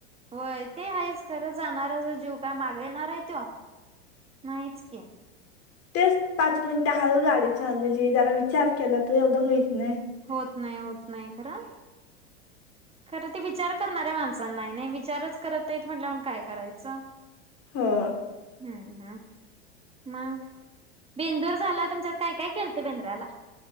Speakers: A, on the right; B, on the left.
A: व्हंय ते आहेच खरं जाणाऱ्याचा जीव काय मागे येणार आहे त्यो. नाहीच की.
B: तेच पाच मिनिटं हाळू गाडी चालीवली, जरा विचार केला तर एवढं होईत नाही.
A: होत नाही, होत नाही खरं. खरं ते विचार करणाऱ्या माणसांना आहे, नाही विचारच करत नाहीत म्हणल्यावर काय करायच.
B: हो.
A: हम्म हू. मग, बेंदूर झाला, तुमच्यात काय काय केलतं बेंद्राला?